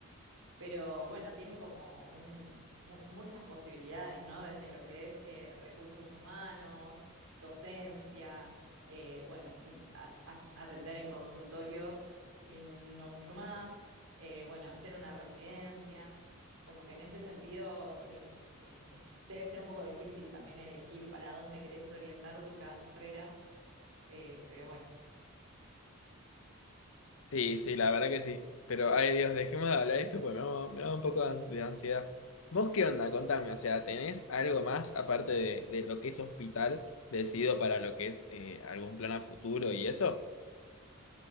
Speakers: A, on the right (about 70°); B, on the left (about 70°).
A: pero bueno, tienen como un, mu- muchas posibilidades, ¿no? Desde lo que es eh, recursos humanos, docencia, eh, bueno, n- a- as- atender en consultorios y no mucho más, eh, bueno, hacer una residencia, como que en ese sentido eh, es- es- debe ser un poco difícil también elegir para dónde querés orientar tu carrera, eh, pero bueno.
B: Sí, sí, la verdad que sí. Pero, ay Dios, dejemos de hablar esto porque me da, me da un poco de an- de ansiedad. ¿Vos qué onda? Contame, o sea, ¿tenés algo más aparte de, de lo que es hospital decidido para lo que es eh, algún plan a futuro y eso?